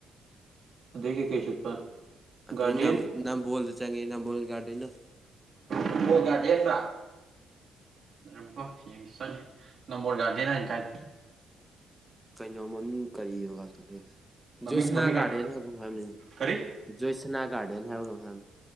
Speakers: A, on the right; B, in the centre.
A: ꯑꯗꯩ ꯀꯩꯀꯩ ꯆꯠꯄ
B: ꯑꯗꯩ
A: ꯒꯥꯔꯗꯦꯟ
B: ꯅꯝ ꯅꯝꯕꫭꯜꯗ ꯆꯪꯉꯦ ꯅꯝꯕꫭꯜꯒꯤ ꯒꯥꯔꯗꯦꯟꯗꫭ
A: ꯅꯝꯕꯣꯜ ꯒꯔꯗꯦꯟꯕ ꯂꯩꯔꯝꯃꯤꯀꯣ ꯌꯦꯡꯁꯤ ꯆꯠꯅꯤ ꯅꯝꯕꯣꯜ ꯒꯥꯔꯗꯦꯟ ꯍꯥꯏꯅ ꯀꯥꯏꯗ
B: ꯀꯩꯅꯣ ꯃꯃꯤꯡ ꯀꯔꯤ ꯋꯥꯔꯗꯅꯦꯕꯥ
A: ꯃꯃꯤꯡ
B: ꯖꯣꯏꯁꯅꯥ
A: ꯃꯃꯤꯡ
B: ꯒꯥꯔꯗꯦꯟ
A: ꯍꯥꯏ
B: ꯍꯥꯏꯕꯔ ꯀꯩꯅꯣꯝ ꯍꯥꯏꯕꯅꯤ
A: ꯀꯔꯤ
B: ꯖꯣꯏꯁꯥꯅꯥ ꯒꯔꯗꯦꯟ ꯍꯥꯏꯕꯔꯥ ꯀꯩꯅꯣꯝ ꯍꯥꯌꯕꯅꯤ